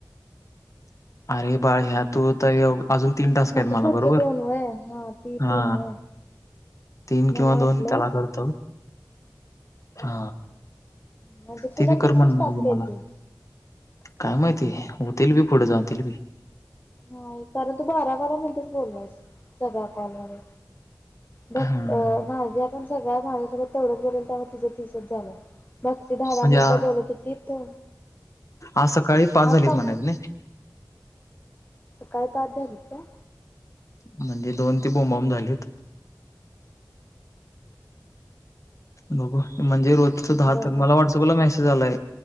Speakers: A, on the left (about 45°); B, on the left (about 25°).
A: अरे बाळ ह्या तू अजून तीन तासक
B: म्हणजे
A: आहेत मला
B: पुढचं
A: बरोबर
B: दोन वय हा ती
A: हा
B: तीन वय
A: तीन
B: मला
A: किंवा दोन
B: वाटलं
A: त्याला करतो हा
B: म्हणजे
A: ते
B: तुला
A: बी कर
B: तीसच
A: म्हणत
B: टास्क
A: होते
B: येतील
A: मला काय माहितीय? होतील बी पुढे जाऊन, जातील बी.
B: नाही कारण तू बारा बारा मिनिटेच बोललायस, सगळ्या कॉलमध्ये. बघ
A: हं.
B: अ माझ्या पण सगळ्या भावासोबत तेवढंच भरल त्यामुळे तुझं तसच झालं, मग ती दहा दहा
A: म्हणजे
B: मिनिटं
A: आ
B: बोलत होती त
A: आज सकाळी
B: आ
A: झालीत म्हणायचं
B: <unintelligible>
A: नाही.
B: सकाळी पाच झालीत काय?
A: म्हणजे दोन ती बोंबाबोंब झालीत. बघू, म्हणजे रोजचं दहातर
B: बर बर
A: मला व्हॉट्सअपला मेसे झालंय